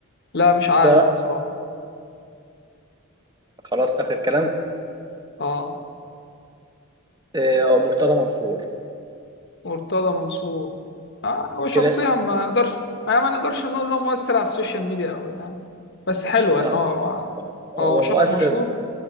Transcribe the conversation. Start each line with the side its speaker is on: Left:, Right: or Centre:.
Left: لا مش عارف
Right: ده
Left: بصراحة
Right: خلاص اخر كلام
Left: اه
Right: آه، مرتضى منصور
Left: مرتضى منصور آه هو شخصيا
Right: كده
Left: ما نقدرش يعني ما نقدرش نقول انه مؤثر على السوشيال ميديا قوي يعني بس حلو
Right: لا
Left: ان هو
Right: هو
Left: هو شخص
Right: مؤثر
Left: مشهور